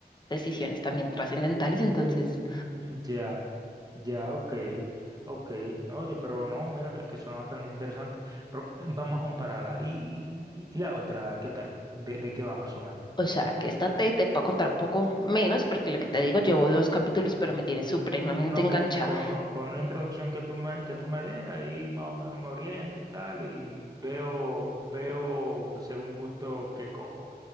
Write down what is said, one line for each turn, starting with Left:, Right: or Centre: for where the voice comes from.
Left: decisiones también trascendentales,
Right: Mm,
Left: entonces
Right: ya, ya, ok, ok. Oye, pero no, mira que, que suena bastante interesante. Pero eh, vamos a compararla. ¿Y, y- y la otra, qué tal? ¿De, de qué va más o menos?
Left: O sea, que esta te, te puedo contar un poco menos, porque lo que te digo, llevo dos capítulos, pero me tiene supremamente
Right: No,
Left: enganchada.
Right: que con, con una introducción que tú me, que tú me des, ahí más o menos me oriento y tal, y veo, veo según gusto que cojo.